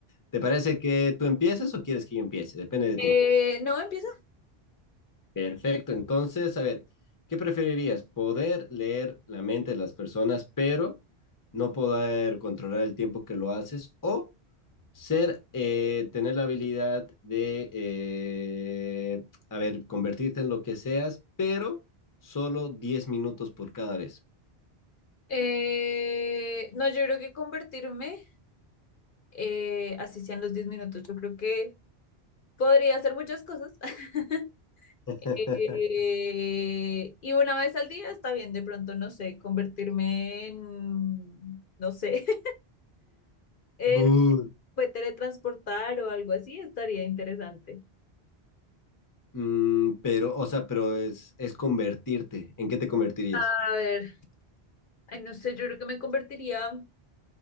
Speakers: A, on the left (about 20°); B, on the left (about 60°).
A: ¿Te parece que tú empieces o quieres que yo empiece? Depende de
B: Eh,
A: ti.
B: no, empieza.
A: Perfecto, entonces, a ver, ¿qué preferirías? ¿Poder leer la mente de las personas, pero no poder controlar el tiempo que lo haces? ¿O ser, eh, tener la habilidad de, eh, a ver, convertirte en lo que seas, pero solo 10 minutos por cada vez?
B: Eh, no, yo creo que convertirme, eh, así sean los 10 minutos, yo creo que podría hacer muchas cosas. <laughs>
A: <laughs>
B: Eh, y una vez al día está bien, de pronto, no sé, convertirme en, no sé, <laughs> en
A: Uh.
B: puede teletransportar o algo así, estaría interesante.
A: Mm, pero, o sea, pero es, es convertirte. ¿En qué te convertirías?
B: A ver, ay, no sé, yo creo que me convertiría,